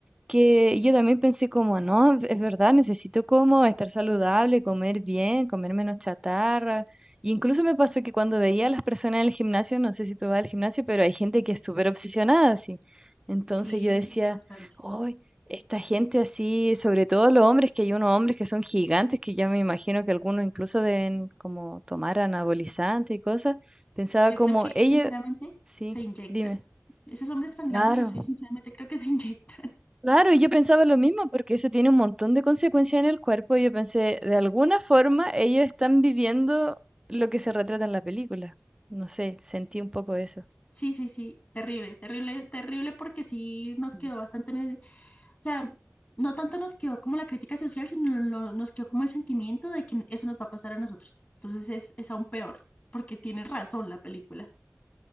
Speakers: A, on the right; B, on the left.
A: que yo también pensé como, no, es verdad, necesito como estar saludable, comer bien, comer menos chatarra. Y incluso me pasó que cuando veía a las personas en el gimnasio, no sé si tú vas al gimnasio, pero hay gente que es súper obsesionada así. Entonces
B: Sí,
A: yo decía,
B: bastante.
A: uy, esta gente así, sobre todo los hombres, que hay unos hombres que son gigantes, que yo me imagino que algunos incluso deben como tomar anabolizante y cosas. Pensaba
B: Yo
A: como,
B: creo que
A: ellos,
B: sinceramente
A: sí,
B: se inyectan.
A: dime,
B: Esos hombres tan
A: claro.
B: grandes, yo soy sinceramente creo que se <laughs> inyectan.
A: Claro, y yo pensaba lo mismo, porque eso tiene un montón de consecuencias en el cuerpo. Y yo pensé, de alguna forma, ellos están viviendo lo que se retrata en la película. No sé, sentí un poco eso.
B: Sí, sí, sí, terrible, terrible, terrible porque sí nos
A: Mm.
B: quedó bastante en el- O sea, no tanto nos quedó como la crítica social, sino lo- nos quedó como el sentimiento de que eso nos va a pasar a nosotros. Entonces es, es aún peor, porque tiene razón la película.